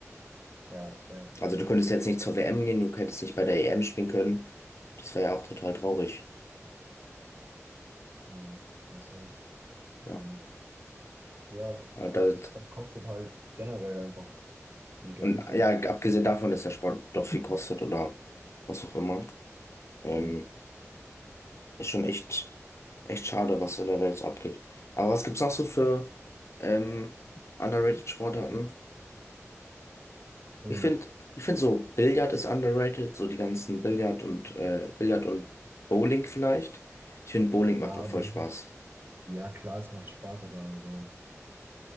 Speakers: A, on the right (about 40°); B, on the left (about 60°).
A: Ja, das wäre das
B: Also
A: wär gut.
B: du könntest jetzt nicht zur WM gehen, du hättest nicht bei der EM spielen können. Das wäre ja auch total traurig.
A: Hm, da hast du recht.
B: Ja.
A: Ähm, ja,
B: Aber
A: also
B: Da,
A: Sport kostet halt generell einfach viel Geld
B: und
A: und
B: ja, abgesehen davon, dass der Sport doch viel kostet oder was auch immer. Ähm,
A: ja.
B: Ist schon echt, echt schade, was so in der Welt so abgeht. Aber was gibt's noch so für ähm, underrated Sportarten?
A: Ähm,
B: Ich finde, ich find so Billard ist underrated, so die ganzen Billard und äh, Billard und Bowling vielleicht. Ich finde, Bowling macht
A: ja, aber
B: auch voll
A: das
B: Spaß.
A: ist, ja klar, es macht Spaß, aber also,